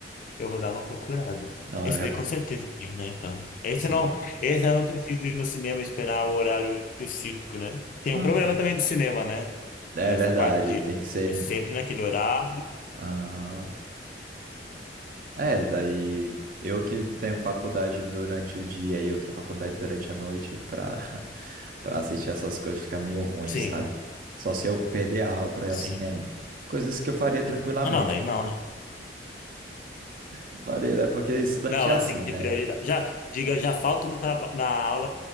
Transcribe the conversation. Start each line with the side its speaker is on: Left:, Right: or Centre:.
Left: eu vou dar uma procurada.
Right: Não,
Left: Esse
Right: eu recomendo.
Left: daí com certeza tem, né? Então, esse
Right: Sim.
Left: não, esse eu não preciso ir no cinema e esperar o horário específico, né? Tem
Right: Aham.
Left: um problema também do cinema, né?
Right: É
Left: Tem essa
Right: verdade,
Left: parte de
Right: tem que ser.
Left: é sempre naquele horário.
Right: Aham. É, daí eu que tenho faculdade durante o dia e outra faculdade durante a noite pra, <laughs> pra assistir essas coisas fica meio ruim,
Left: Sim,
Right: sabe? Só se eu perder a aula pra ir
Left: sim.
Right: ao cinema. Coisas que eu faria tranquilamente.
Left: Ah, não, daí não, né?
Right: <laughs> Faria, né? Porque estudante
Left: Não, mas
Right: é assim,
Left: tem que ter
Right: né?
Left: prioridade. Já, diga, já falto no traba- na aula